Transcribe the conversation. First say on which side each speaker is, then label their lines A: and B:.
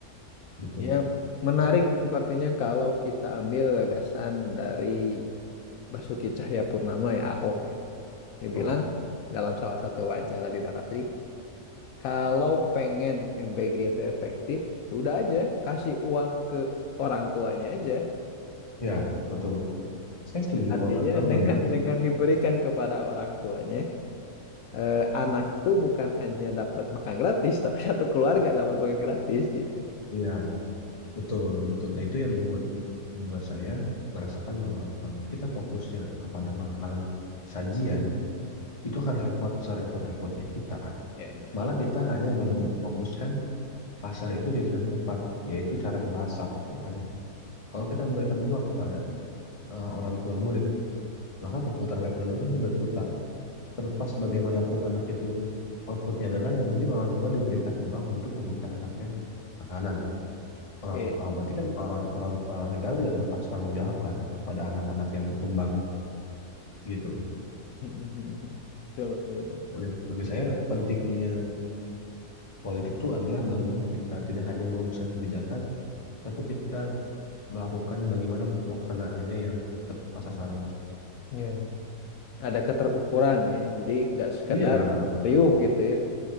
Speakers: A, on the left; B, on the left.
A: Gitu
B: Ya,
A: loh.
B: menarik
A: Saya,
B: sepertinya kalau kita ambil gagasan dari Basuki Cahayapurnama ya Ahok gitu. Dia
A: oh
B: bilang dalam salah satu wawancara di Narasi Kalau pengen MBG itu efektif, udah aja kasih uang ke orang tuanya aja.
A: ya betul. Saya setuju
B: Artinya
A: kalau memang
B: dengan
A: modelnya.
B: dengan diberikan kepada orang tuanya, eh, anak tuh bukan hanya dapat makan gratis, tapi satu keluarga dapat makan gratis gitu.
A: ya betul betul. Nah itu yang membuat membuat saya merasakan bahwa kalau kita fokusnya kepada makanan sajian itu akan repot serepot-repotnya kita.
B: Ya, ya.
A: Malah kita hanya memfokuskan pasar itu jadi satu tempat, yaitu cara memasak, ya kan? Kalau kita memberikan uang kepada eh, orang tua murid, maka perputaran ekonomi itu pasti berputar. Terlepas bagaimanapun anak itu outputnya adalah yang penting orang tua diberikan uang untuk memberikan anaknya makanan. Orang,
B: Oke.
A: ah, berarti kan orang, orang ah, negara tidak lepas tanggung jawab kan pada anak-anak yang berkembang gitu loh.
B: <laughs> Betul, betul, betul, betul.
A: Udah, Bagi saya pentingnya politik itu adalah bagaimana kita tidak hanya merumuskan kebijakan, tapi kita melakukan bagaimana pelaksanaannya yang tepat sasaran.
B: Ya, ya. Ada keterukuran
A: Gitu.
B: ya, jadi nggak sekedar
A: Iya,
B: riuh gitu ya.